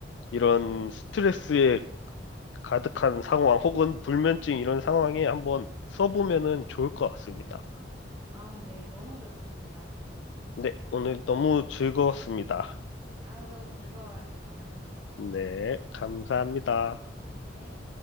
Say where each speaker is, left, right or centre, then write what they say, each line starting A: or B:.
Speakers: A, on the left; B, on the right.
A: 이런 스트레스에 가득한 상황 혹은 불면증 이런 상황에 한번 써보면은 좋을 것 같습니다.
B: 아, 네, 너무 좋습니다.
A: 네, 오늘 너무 즐거웠습니다.
B: 아, 너무 즐거워요, 정말.
A: 네, 감사합니다.
B: 네.